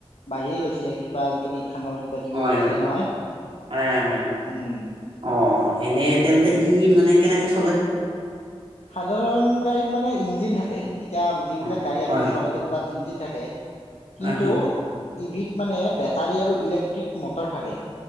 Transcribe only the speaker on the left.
বাঢ়িয়ে গৈছে কিবা আজিকালি ইথানল কিবা কিবি
ওলাইছে
নহয়
উম
সাধাৰণ গাড়ীত মানে ইঞ্জিন থাকে এতিয়া যিবিলাক
গাড়ী আমি
চলাই থাকো তাত ইঞ্জিন থাকে কিন্তু
ইভিত মানে বেটাৰী আৰু ইলেক্ট্ৰিক মটৰ থাকে।